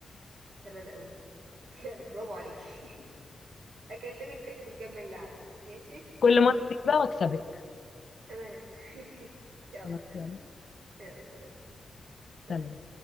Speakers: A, on the right; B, on the left.
A: تمام قوي <laughs> يعني برافو عليكي <laughs> هكلمك تاني ونكمل لعب ماشي
B: كل مره تيجي بقى واكسبك
A: تمام <laughs> يلا
B: خلاص يلا
A: يلا سلام سلام
B: سلام